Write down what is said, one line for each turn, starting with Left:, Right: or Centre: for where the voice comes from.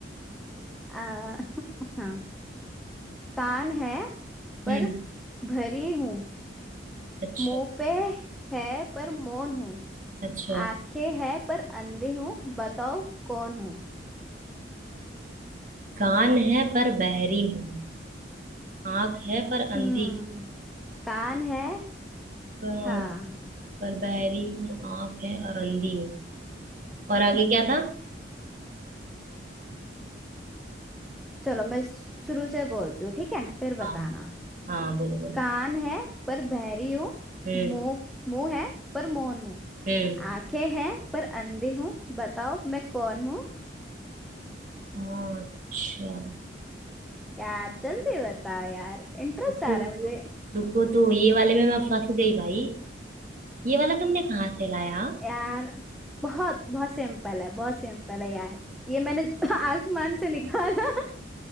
Centre: आ, <laughs> हाँ कान है पर
Right: हम्म
Centre: भरी हूँ
Right: अच्छा
Centre: मुंह पे है पर मौन हूँ
Right: अच्छा
Centre: आंखें हैं पर अंधे हूँ बताओ कौन हूँ
Right: कान है पर बहरी हूँ आंख है पर अंधी
Centre: हम्म
Right: हूँ
Centre: कान है
Right: प-
Centre: हाँ
Right: पर बहरी हूँ आंख है और अंधी हूँ और आगे
Centre: हम्म
Right: क्या था
Centre: चलो मैं शुरू से बोलती हूँ ठीक है फिर
Right: हाँ
Centre: बताना
Right: हाँ बोलो बोलो
Centre: कान है पर बहरी हूँ
Right: हम्म
Centre: मुंह मुंह है पर मौन हूँ
Right: हम्म
Centre: आंखें हैं पर अंधे हूँ बताओ मैं कौन हूँ
Right: हाँ, अच्छा
Centre: यार जल्दी बताओ यार इंटरेस्ट
Right: रुको
Centre: आ रहा
Right: तो
Centre: है मुझे
Right: रुको तो ये वाले में मैं फंस गई भाई ये वाला तुमने कहाँ से लाया
Centre: यार बहुत बहुत सिंपल है बहुत सिंपल है यार ये मैंने <laughs> आसमान से निकाला